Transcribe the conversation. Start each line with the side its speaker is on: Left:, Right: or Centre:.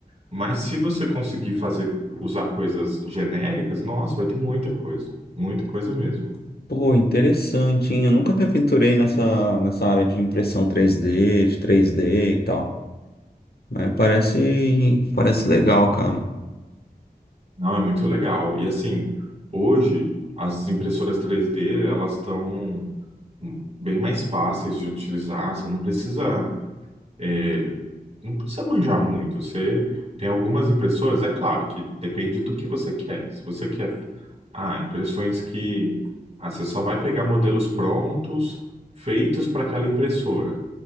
Right: Mas se você conseguir fazer usar coisas genéricas, nossa, vai ter muita coisa, muita coisa mesmo.
Left: Pô, interessante, hein? Eu nunca me aventurei nessa, nessa área de impressão três d de três d e tal. Mas parece, parece legal, cara.
Right: Não, é muito legal. E assim, hoje as impressoras três d elas estão bem mais fáceis de utilizar, você não precisa é, Não precisa manjar muito. Você tem algumas impressoras é claro que depende do que você quer. Se você quer, ah, impressões que ah, você só vai pegar modelos prontos, feitos para aquela impressora.